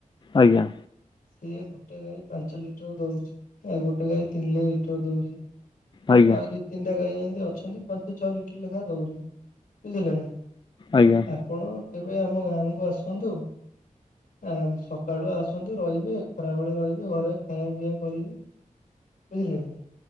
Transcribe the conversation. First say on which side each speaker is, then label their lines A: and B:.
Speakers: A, on the left; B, on the left.
A: ଆଜ୍ଞା।
B: ସିଏ ଗୋଟେ ଗାଈ ପାଞ୍ଚ ଲିଟର ଦଉଛି, ଆଉ ଗୋଟେ ଗାଈ ତିନି ଲିଟର ଦଉଛି।
A: ଆଜ୍ଞା
B: ଆଉ ଦି ତିନିଟା ଗାଈ ଏମିତି ଅଛନ୍ତି ପାଞ୍ଚ ଛଅ ଲିଟର ଲେଖା ଦଉଛନ୍ତି ବୁଝିଲେ ନା?
A: ଆଜ୍ଞା।
B: ଆପଣ କେବେ ଆମ ଗାଁକୁ ଆସନ୍ତୁ, ଆ ସକାଳୁ ଆସନ୍ତୁ ରହିବେ ଖରାବେଳେ ରହିବେ ଘରେ ଖାଇବା ପିଇଆ କରେଇବି ବୁଝିଲେ।